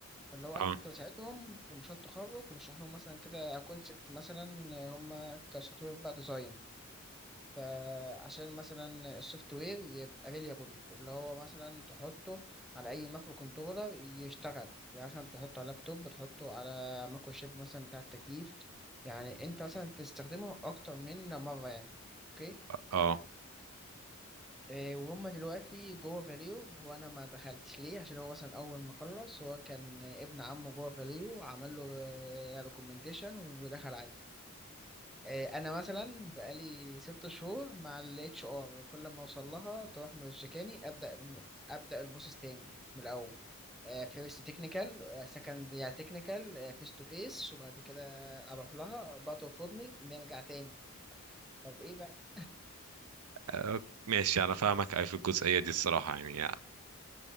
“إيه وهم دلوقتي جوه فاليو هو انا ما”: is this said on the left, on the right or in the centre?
Centre